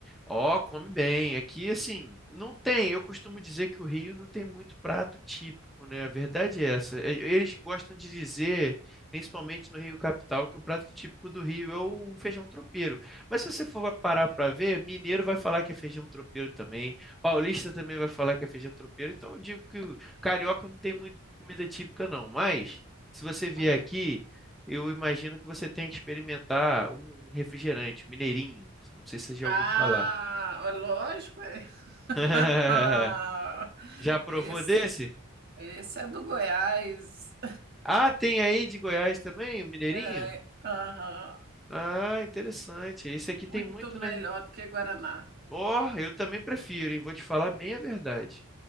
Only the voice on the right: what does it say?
Hum.
Ah,
é lógico. é. <laughs>
Esse,
esse é do Goiás.
É, aham.
Muito
melhor do que Guaraná.